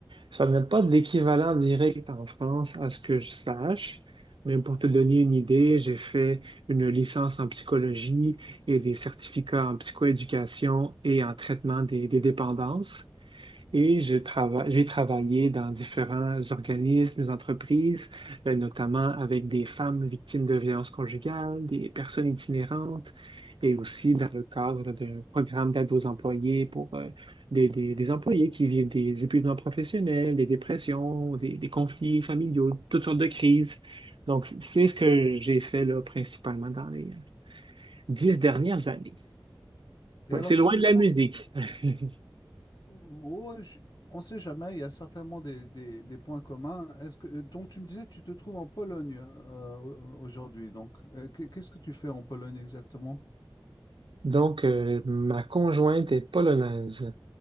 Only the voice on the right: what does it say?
Ça n'a pas d'équivalent direct en France, à ce que je sache, mais pour te donner une idée, j'ai fait une licence en psychologie et des certificats en psychoéducation et en traitement des, des dépendances. Et je trava- j'ai travaillé dans différents organismes, entreprises, euh, notamment avec des femmes victimes de violences conjugales, des personnes itinérantes, et aussi dans le cadre d'un programme d'aide aux employés pour euh, des, des- des employés qui vivent des épuisements professionnels, des dépressions, des, des conflits familiaux, toutes sortes de crises. Donc, c'est ce que j'ai fait là, principalement dans les dix dernières années.
Ouais,
c'est
loin
de
la musique. <laughs>
Donc, euh, ma conjointe est polonaise.